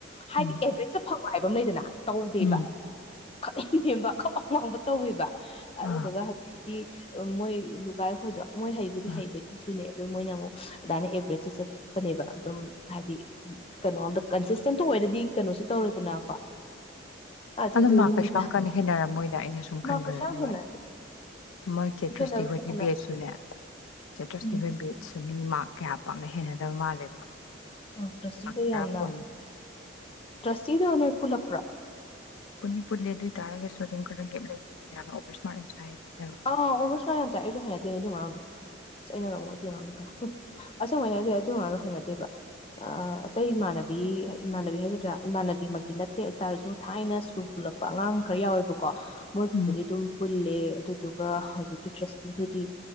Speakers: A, on the left; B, on the left.
A: ꯍꯥꯏꯗꯤ
B: ꯎꯝ
A: ꯑꯦꯚꯔꯦꯖ ꯆ ꯐꯪ ꯍꯥꯏꯕ ꯑꯃ ꯂꯩꯗꯅ ꯇꯧꯗꯦꯕ
B: ꯎꯝ
A: ꯈꯛ ꯅꯦꯝꯕ ꯈꯛꯋꯥꯡ ꯋꯥꯡꯕ ꯇꯧꯋꯕ ꯑꯗ
B: ꯑꯥ
A: ꯑꯗꯨꯒ ꯎ ꯃꯣꯏ ꯂꯨꯒꯥꯏ ꯍꯣꯏꯗꯣ ꯃꯣꯏ ꯍꯩꯕꯨꯗꯤ
B: ꯑꯥ
A: ꯍꯩꯕ ꯏꯁꯨꯅꯦ ꯑꯗꯨ ꯃꯣꯏꯅ ꯑꯃꯨꯛ ꯑꯗꯨꯃꯥꯏꯅ ꯑꯦꯕꯔꯦꯖꯇ ꯆꯠ ꯅꯦꯕ ꯑꯗꯨꯝ ꯍꯥꯏꯗꯤ ꯀꯩꯅꯣ ꯑꯝꯗ ꯀꯟꯁꯤꯁꯇꯦꯟꯇꯣ ꯑꯣꯏꯔꯗꯤ ꯀꯩꯅꯣꯁꯨ ꯇꯧꯔꯦꯗꯅꯀꯣ ꯑꯗꯨꯗꯨꯒꯤꯅꯤꯗ
B: ꯑꯗꯣ ꯃꯥ ꯀꯩꯁꯨ ꯌꯥꯝ ꯀꯟꯅ ꯍꯦꯟꯅꯔꯝꯃꯣꯏꯗ ꯑꯩꯅ ꯁꯨꯝ
A: ꯃꯥ
B: ꯈꯟꯕ
A: ꯀꯩꯁꯨ ꯌꯥꯝ ꯍꯦꯟꯅꯗꯦ
B: ꯋꯥꯅꯤ ꯃꯣꯏ ꯆꯦꯇ꯭ꯔꯁꯇꯤ
A: ꯍꯦꯟꯅꯕꯨꯗꯤ
B: ꯍꯣꯏꯒꯤ
A: ꯍꯦꯟꯅꯗꯦ
B: ꯕꯦꯠꯁꯨꯅꯦ ꯆꯦꯇ꯭ꯔꯁꯇꯤ
A: ꯎꯝ
B: ꯍꯣꯏ ꯕꯦꯠ ꯃꯤ ꯃꯥꯔ ꯀꯌꯥ ꯄꯥꯛꯅ ꯍꯦꯟꯅꯗꯕ ꯃꯥꯜꯂꯦꯕ
A: ꯑ ꯇ꯭ꯔꯁꯇꯤꯗꯣ
B: ꯃꯥꯔꯛ ꯇꯔꯥ
A: ꯌꯥꯝꯅ
B: ꯀꯨꯟ
A: ꯇ꯭ꯔꯁꯇꯤꯗꯅ ꯄꯨꯜꯂꯛꯄ꯭ꯔꯥ
B: ꯄꯨꯅꯤ ꯄꯨꯜꯂꯦ ꯑꯗꯨ ꯑꯣꯏ ꯇꯔꯒꯁꯨ ꯑꯗꯨꯝ ꯈꯔ ꯒꯦꯞ ꯂꯩꯅꯩ ꯑꯗꯨ ꯌꯥꯝꯅ ꯑꯣꯕꯔ ꯏꯁꯃꯥꯔꯠ ꯆ ꯍꯥꯏꯅꯩ
A: ꯑꯥ ꯑꯣꯕꯁꯨꯅꯌꯥꯝ ꯆꯥꯏ ꯑꯩꯁꯨ ꯍꯅꯗꯦꯅꯦꯗꯣ ꯑꯉꯥꯡꯗꯣ ꯁꯩꯅꯒ ꯑꯃꯨꯛ ꯑꯗꯨꯏ ꯑꯉꯥꯡꯗꯣ ꯁ ꯑꯁꯦꯡꯕꯅ ꯑꯩꯗꯤ ꯑꯗꯨ ꯑꯉꯥꯡꯗꯣ ꯍꯩꯅꯗꯦꯕ ꯑ ꯑꯇꯩ ꯏꯃꯥꯟꯅꯕꯤ ꯏꯃꯥꯟꯅꯕꯤ ꯍꯥꯏꯒꯗ꯭ꯔꯥ ꯏꯃꯥꯟꯅꯕꯤꯃꯛꯇꯤ ꯅꯠꯇꯦ ꯑꯗꯨꯇꯥꯔꯁꯨ ꯊꯥꯏꯅ ꯁ꯭ꯀꯨꯜ ꯄꯨꯜꯂꯛꯄ ꯑꯉꯥꯡ ꯈꯔ ꯌꯥꯎꯋꯦꯕꯀꯣ ꯃꯣꯏꯕꯨꯗꯤ
B: ꯎꯝ
A: ꯑꯗꯨꯝ ꯄꯨꯜꯂꯦ ꯑꯗꯨ ꯑꯗꯨꯒ ꯍꯧꯖꯤꯛꯀꯤ ꯇ꯭ꯔꯁꯇꯤꯗꯨꯗꯤ